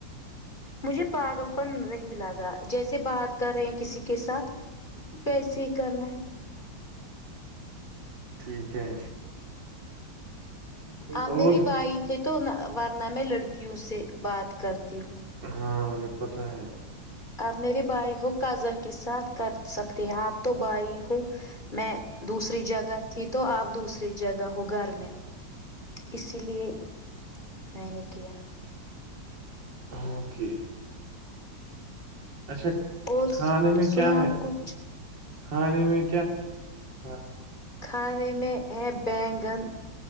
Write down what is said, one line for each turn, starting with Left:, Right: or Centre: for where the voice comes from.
Left: مجھے پاگل پن نہیں لگا جیسے بات کر رہے ہیں کسی کے ساتھ پسیی کرنا ہے
Right: ٹھیک ہے
Left: آپ
Right: اور
Left: میرے بھائی تھے تو ورنہ میں لڑکیوں سے بات کرتی ہوں
Right: ہاں مجھے پتاہ ہے
Left: آپ میرے بھائی ہو کزن کے ساتھ کر سکتے ہیں آپ تو بھائی ہو میں دوسری جگہ تھی تو آپ دوسری جگہ ہو گھر میں اسی لیے میں نے کیا
Right: اوکے اچھا
Left: اور
Right: کھانے میں
Left: سناؤ
Right: کیا ہے
Left: کچھ
Right: کھانے میں کیا تھا؟
Left: کھانے میں ہے بینگن